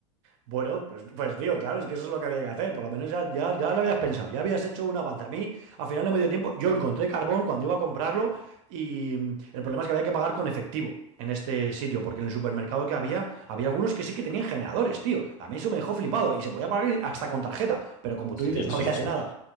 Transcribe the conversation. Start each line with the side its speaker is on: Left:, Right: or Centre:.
Right: Bueno, pues, pues tío, claro, es que eso es lo que había que hacer. Por lo menos ya, ya, ya lo habías pensado, ya habías hecho un avance. A mí, al final de medio tiempo, yo encontré carbón cuando iba a comprarlo y mm, el problema es que había que pagar con efectivo en este sitio, porque en el supermercado que había, había algunos que sí que tenían generadores, tío. A mí eso me dejó flipado y se podía pagar hasta con tarjeta, pero como
Left: Sí,
Right: tú dices, no
Left: sí,
Right: había
Left: sí.
Right: de nada.